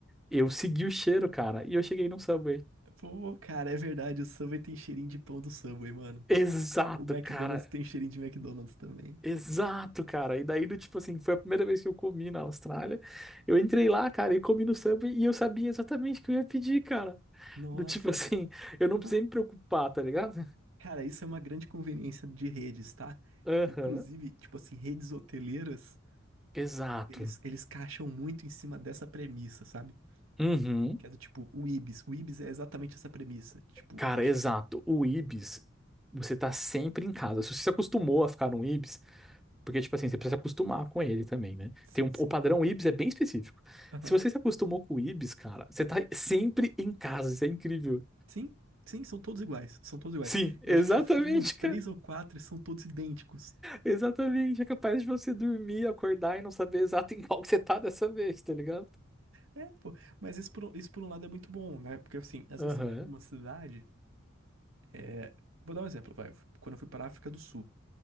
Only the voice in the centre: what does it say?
Eu segui o cheiro, cara, e eu cheguei num Subway.
Exato,
cara.
Exato, cara. E daí, do tipo assim, foi a primeira vez que eu comi na Austrália. Eu entrei lá, cara, e comi no Subway e eu sabia exatamente o que eu ia pedir, cara.
Do tipo assim, <laughs> eu não precisei
me preocupar, tá ligado?
Aham.
Exato.
Uhum.
Cara,
exato.
O Ibis, você tá sempre em casa. Se você se acostumou a ficar num Ibis, porque, tipo assim, você precisa se acostumar com ele também, né?
Tem um,
o padrão Ibis é bem específico.
Se você se acostumou com o Ibis, cara, você tá sempre em casa. Isso é incrível.
Sim, exatamente,
Exatamente, é capaz de você dormir, acordar e não saber exato em qual que você tá dessa vez, tá ligado?
Aham,